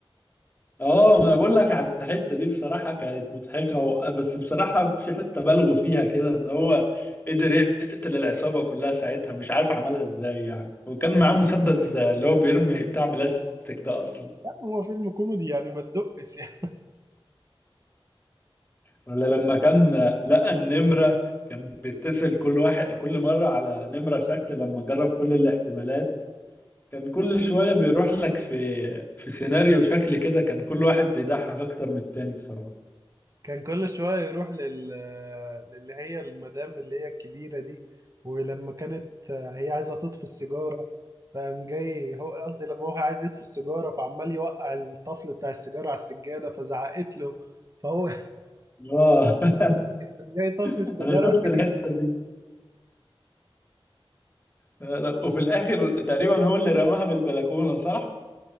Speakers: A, on the left; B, on the right.
A: اه ما انا بقول لك على الحته دي بصراحه كانت مضحكه و... بس بصراحه في حته بالغوا فيها كده ان هو قدر يقتل العصابه كلها ساعتها مش عارف عملها ازاي يعني وكان معاه مسدس اللي هو بيرمي بتاع بلاستيك ده اصلا
B: لا هو فيلم كوميدي يعني ما تدقش يعني
A: ولا لما كان لقى النمره كان بيتصل كل واحد كل مره على نمره شكل لما جرب كل الاحتمالات كان كل شويه بيروح لك في في سيناريو شكل كده كان كل واحد بيضحك اكتر من التاني بصراحه
B: <laughs> كان كل شوية يروح لل... للي هي المدام اللي هي الكبيرة دي ولما كانت هي عايزة تطفي السيجارة فقام جاي هو قصدي لما هو عايز يطفي السيجارة فعمال يوقع الطفل بتاع السيجارة على السجادة فزعقت له فهو
A: اه
B: <laughs> جاي يطفي
A: <laughs>
B: السيجارة
A: انا شفت
B: في
A: الحته دي لا لا وفي الاخر تقريبا هو اللي رماها من البلكونه صح؟